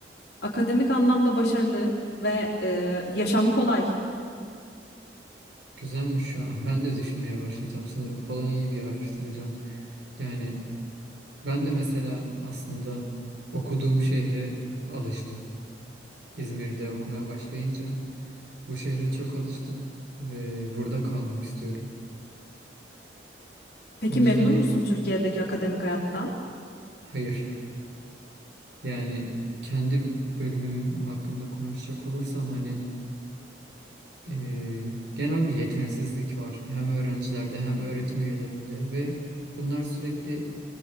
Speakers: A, on the left; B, on the right.
A: Akademik anlamda başarılı ve e, yaşam kolay.
B: Güzelmiş şu an. <laughs> Ben de düşünmeye başlayacağım sanırım. Polonya'yı bir araştıracağım. Yani ben de mesela aslında okuduğum şehre alıştım. İzmir'de okumaya başlayınca bu şehre çok alıştım ve burada kalmak istiyorum.
A: Peki
B: O yüzden
A: memnun musun Türkiye'deki akademik hayattan?
B: hayır yani kendi bölümüm hakkında konuşacak olursam hani Eee, genel bir yetersizlik var hem öğrencilerde hem öğretim üyelerinde ve bunlar sürekli